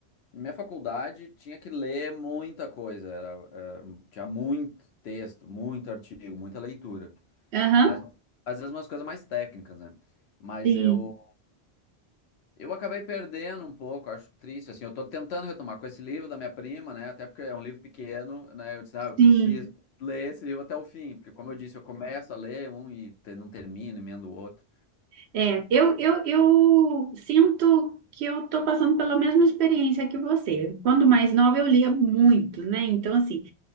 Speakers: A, on the left (about 70°); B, on the right (about 70°).
A: Minha faculdade tinha que ler muita coisa, era, eh, tinha muito texto, muito artigo, muita leitura,
B: Aham.
A: mas às vezes umas coisas mais técnicas, né? Mas
B: Sim,
A: eu eu acabei perdendo um pouco, acho triste, assim, eu tô tentando retomar com esse livro da minha prima, né, até porque é um livro pequeno, né, eu disse, ah, eu
B: sim.
A: preciso <laughs> ler esse livro até o fim, porque como eu disse, eu começo a ler um e te- não termino, emendo o outro,
B: É, eu, eu, eu sinto que eu tô passando pela mesma experiência que você. Quando mais nova, eu lia muito, né? Então, assim.